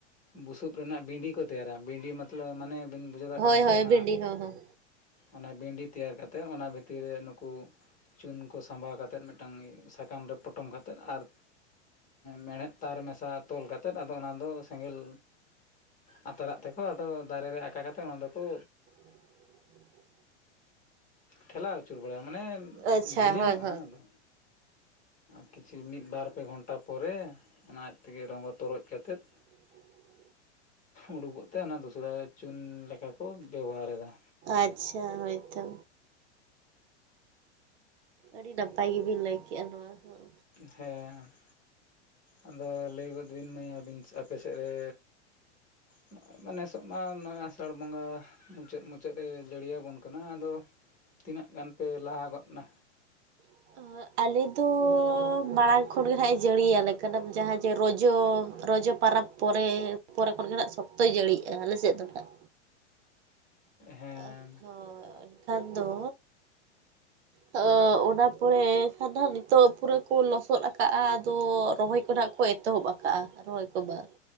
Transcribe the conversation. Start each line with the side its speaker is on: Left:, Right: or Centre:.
Left: ᱵᱩᱥᱩᱵᱽ ᱨᱮᱱᱟᱜ ᱵᱤᱸᱰᱤ ᱠᱚ ᱛᱮᱭᱟᱨᱟ, ᱵᱤᱸᱰᱤ ᱢᱚᱛᱞᱚᱵᱽ ᱢᱟᱱᱮ ᱵᱤᱱ ᱵᱩᱡᱷᱟᱹᱣ ᱫᱟᱲᱮᱜ
Right: ᱦᱳᱭ
Left: ᱠᱟᱱᱟ ᱡᱮ
Right: ᱦᱳᱭ
Left: ᱚᱱᱟ
Right: ᱵᱷᱤᱱᱰᱤ ᱦᱚᱸ ᱦᱚᱸ
Left: ᱚᱱᱟ ᱵᱤᱱᱰᱤ ᱛᱮᱭᱟᱨ ᱠᱟᱛᱮ ᱚᱱᱟ ᱵᱷᱤᱛᱤᱨ ᱨᱮ ᱱᱩᱠᱩ᱾ ᱪᱩᱱ ᱠᱚ ᱥᱟᱸᱵᱟᱣ ᱠᱟᱛᱮᱫ ᱢᱮᱫᱴᱟᱱ ᱥᱟᱠᱟᱢ ᱨᱮ ᱯᱚᱴᱚᱢ ᱠᱟᱛᱮᱫ ᱟᱨ, ᱢᱮᱲᱦᱮᱫ ᱛᱟᱨ ᱢᱮᱥᱟ ᱛᱚᱞ ᱠᱟᱛᱮᱫ ᱟᱫᱚ ᱚᱱᱟᱫᱚ ᱥᱮᱸᱜᱮᱞ ᱟᱛᱟᱨᱟᱜ ᱛᱮᱠᱚ ᱟᱫᱚ ᱫᱟᱨᱮ ᱨᱮ ᱟᱠᱟ ᱠᱟᱛᱮ ᱚᱱᱟ ᱫᱚᱠᱚ
Right: <inaudible>
Left: ᱴᱷᱮᱞᱟᱣ ᱟᱹᱪᱩᱨ ᱵᱟᱲᱟᱭᱟ ᱢᱟᱱᱮ,
Right: ᱟᱪᱪᱷᱟ
Left: ᱡᱷᱤᱞᱟᱹᱝᱚᱜᱼᱟ
Right: ᱦᱳᱭ ᱦᱳᱭ
Left: ᱟᱫᱚ ᱠᱤᱪᱷᱤ ᱢᱤᱫ, ᱵᱟᱨ, ᱯᱮ ᱜᱷᱚᱱᱴᱟ ᱯᱚᱨᱮ ᱚᱱᱟ ᱟᱡᱽ ᱛᱮᱜᱮ ᱨᱚᱸᱜᱚ ᱛᱚᱨᱚᱡ ᱠᱟᱛᱮᱫ
Right: <inaudible>
Left: ᱩᱰᱩᱜᱚᱜ ᱛᱮ ᱚᱱᱟ ᱫᱩᱥᱨᱟᱹ ᱪᱩᱱ ᱞᱮᱠᱟ ᱠᱚ ᱵᱮᱵᱚᱦᱟᱨᱮ ᱫᱟ᱾
Right: ᱟᱪᱪᱷᱟ ᱦᱳᱭᱛᱚ ᱟᱹᱰᱤ ᱱᱟᱯᱟᱭ ᱜᱮᱵᱤᱱ ᱞᱟᱹᱭ ᱠᱮᱜᱼᱟ ᱱᱚᱣᱟ ᱦᱚᱸ᱾
Left: ᱦᱮ ᱦᱮᱸ ᱟᱫᱚ ᱞᱟᱹᱭ ᱜᱚᱫ ᱵᱤᱱ ᱢᱟᱹᱭ ᱟᱹᱵᱤᱱ ᱟᱯᱮ ᱥᱮᱫ ᱨᱮᱻ ᱱᱚᱸᱜᱼᱚᱭ ᱢᱟ ᱱᱮᱥᱚᱜ ᱢᱟ ᱱᱚᱸᱜᱼᱚᱭ ᱟᱥᱟᱲ ᱵᱚᱸᱜᱟᱻ ᱢᱩᱪᱟᱹᱫ - ᱢᱩᱪᱟᱹᱫ ᱮ ᱡᱟᱹᱲᱤᱭᱟᱵᱚᱱ ᱠᱟᱱᱟ ᱟᱫᱚ, ᱛᱤᱱᱟᱹᱜ ᱜᱟᱱ ᱯᱮ ᱞᱟᱦᱟ ᱜᱚᱫ ᱱᱟ᱾
Right: <unintelligible> ᱟᱞᱮᱫᱚᱻ ᱢᱟᱲᱟᱝ ᱠᱷᱚᱱᱜᱮ ᱱᱷᱟᱜ ᱮ ᱡᱟᱹᱲᱤᱭᱟᱞᱮ ᱠᱟᱱᱟ ᱡᱟᱦᱟᱸ ᱡᱮ ᱨᱚᱡᱚ-ᱨᱚᱡᱚ ᱯᱟᱨᱟᱵᱽ᱾ ᱯᱚᱨᱮᱻ ᱯᱚᱨᱮ ᱠᱷᱚᱱᱜᱮ ᱱᱸᱟᱜ ᱥᱚᱠᱛᱚᱭ ᱡᱟᱹᱲᱤᱜᱼᱟ ᱟᱞᱮᱥᱮᱫ ᱫᱚ ᱱᱟᱸᱜ᱾
Left: ᱦᱮᱸ
Right: ᱚᱷ ᱦᱚᱻ ᱮᱱᱠᱷᱟᱱ ᱫᱚᱻ ᱛᱚ ᱚᱱᱟ ᱯᱚᱨᱮ ᱠᱷᱟᱱ ᱫᱚ ᱦᱟᱸᱜ ᱱᱤᱛᱚᱜ ᱯᱩᱨᱟᱹ ᱠᱚ ᱞᱚᱥᱚᱫᱽ ᱟᱠᱟᱜᱼᱟ, ᱟᱫᱚ ᱨᱚᱦᱚᱭ ᱠᱚ ᱱᱟᱸᱜ ᱠᱚ ᱮᱛᱚᱦᱚᱵᱽ ᱟᱠᱟᱜᱼᱟ, ᱨᱚᱦᱚᱭ ᱠᱚ ᱢᱟ᱾